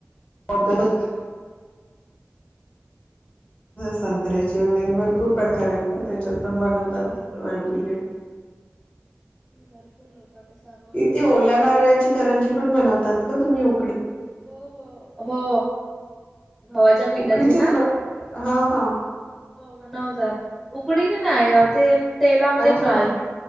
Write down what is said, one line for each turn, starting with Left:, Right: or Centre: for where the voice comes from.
Left: मोदक. संत्र्याचे वगैरे भरपूर प्रकार आहेत ना त्याच्यात पण बनवतात. वेग ठीक आहे.
Centre: भरपूर लोक आता सर्व गोष्टी
Left: ती ओल्या नारळाची करंजी पण बनवतात का तुम्ही ऊ
Centre: हो हो हो. गव्हाच्या पिठाची
Left: उकडीचीच
Centre: ना?
Left: ब हा हा
Centre: बनवतात. उकडीने नाही ते तेलामध्ये
Left: अच्छा
Centre: फ्राय